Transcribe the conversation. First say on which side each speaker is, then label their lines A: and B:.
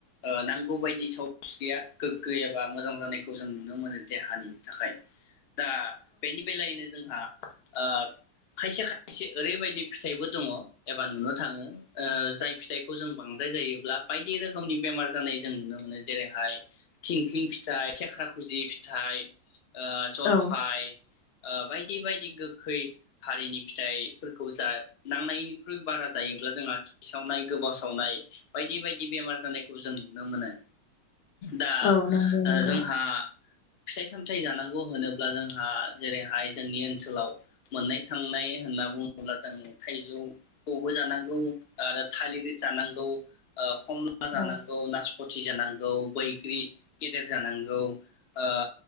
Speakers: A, on the left; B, on the left.
A: ओ नांगौ बायदि सावस्रिया गोग्गो एबा मोजां जानायखौ जों नुनो मोनो देहानि थाखाय। दा बेनि बेलायैनो जों आ ओ खायसे खायसे ओरैबायदि फि थाइबो दङ एबा नुनो थाङो ओ जाय फिथाइखौ जों बांद्राय जायोब्ला बायदि रोखोमनि बेमार जानाय जों नुनो मोनो जेरैहाय थिंख्लिं फिथाइ, थेख्रा खुजि फिथाइ ओ जलफाय
B: औ
A: ओ बायदि बायदि गोखै हारिनि फिथाइफोरखौ जा नांनायनिख्रुइ बारा जायोब्ला जोंहा खि सावनाय गोबाव सावनाय बायदि बायदि बेमार जानायखौ जों नुनो मोनो दा
B: औ नंगौ
A: ओ
B: नंगौ
A: जोंहा फिथाइ सामथायाइ जानांगौ होनोब्ला जोंहा जेरैहाय जोंनि ओनसोलाव मोननाय थांनाय होनना बुङो अब्ला जों थाइजौ खौबो जानांगौ आरो थालिर जानांगौ ओ खमला जानांगौ
B: औ
A: नासफ फथि जानांगौ औ बैग्रि गेदेर जानांगौ ओ